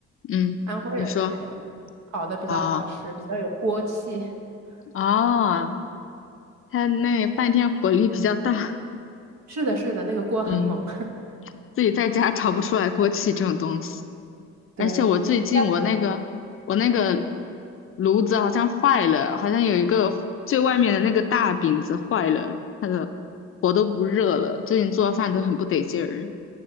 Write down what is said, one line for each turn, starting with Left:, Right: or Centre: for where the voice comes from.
Left: 嗯，
Right: 安徽人开的嘛，
Left: 你说
Right: 烤的比较好吃，
Left: 啊，
Right: 比较有锅气。<laughs>
Left: 哦，他那饭店火力比较大，
Right: 是的，是的，那个锅很猛。
Left: 嗯，
Right: <laughs>
Left: 自己在家炒不出来锅气这种东西。
Right: 对，
Left: 而且我最近我那个我那个
Right: 嗯你在
Left: 炉子好像坏了，好像有一个最外面的那个大饼子坏了，它的火都不热了，最近做饭都很不得劲儿。